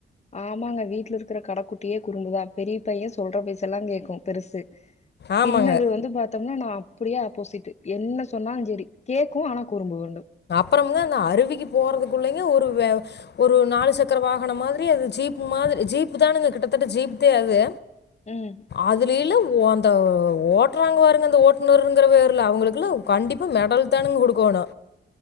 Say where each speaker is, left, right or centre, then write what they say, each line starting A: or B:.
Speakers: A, on the left; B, on the left.
A: ஆமாங்க வீட்ல இருக்கிற கடக்குட்டியே குறும்புதா பெரிய பைய சொல்ற பேச்செல்லா கேக்கு பெருசு
B: ஆமாங்க.
A: சின்னது வந்து பாத்தம்னா நா அப்பிடியே ஆப்போசிட்டு என்ன சொன்னாலுஞ் சேரி கேக்கூ ஆன குறும்பு வண்டு
B: ப்பறமுங்க அந்த அருவிக்கு போறதுக்குள்ளைங்க ஒரு வே ஒரு நாலு சக்கர வாகனம் மாதிரி அது ஜீப் மாதி ஜீப்பு தானுங்க கிட்டத்தட்ட ஜீப் தே அது
A: ம்
B: அதுலில்லா ஓ அந்த ஓட்றாங்க வாருங்க அந்த ஓட்நர்ங்கிற வேர்ல அவுங்களுக்கெல்லா கண்டிப்பா மெடல் தானுங்க குடுக்கோணு